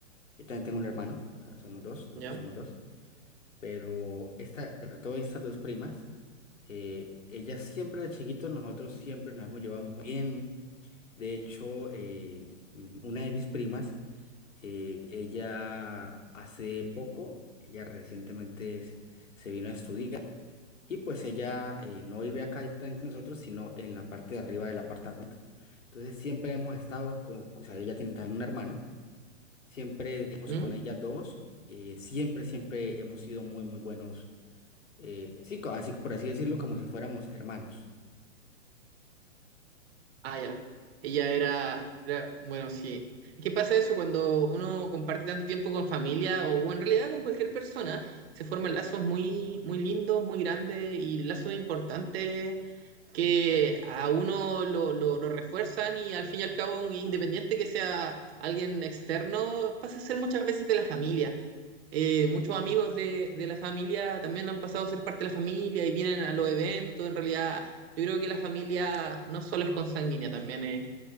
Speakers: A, on the left (about 80°); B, on the right (about 50°).
A: Yo también tengo un hermano, o sea, somos dos, nosotros
B: ¿Ya?
A: somos dos. Pero esta, sobre todo estas dos primas, eh, ellas siempre de chiquitos, nosotros siempre nos hemos llevado muy bien. De hecho, eh, mm, una de mis primas, eh, ella hace poco, ella recientemente es- se vino a estudiar y pues ella eh, no vive acá directamente nosotros, sino en la parte de arriba del apartamento. Entonces siempre hemos estado con, o sea, ella tiene también una hermana, siempre hemos
B: ¿Mm?
A: con ella dos, eh, siempre, siempre hemos sido muy, muy buenos eh, sí, co- así, por así decirlo, como si fuéramos hermanos.
B: Ah, ya. Ella era, era, bueno, sí. ¿Qué pasa eso cuando uno comparte tanto tiempo con familia o, o en realidad con cualquier persona? Se forman lazos muy, muy lindos, muy grandes y lazos importantes que a uno lo, lo, lo refuerzan y al fin y al cabo, un independiente que sea alguien externo, pasa a ser muchas veces de la familia. eh, muchos amigos de, de la familia también han pasado a ser parte de la familia y vienen a los eventos. En realidad, yo creo que la familia no solo es consanguínea, también es,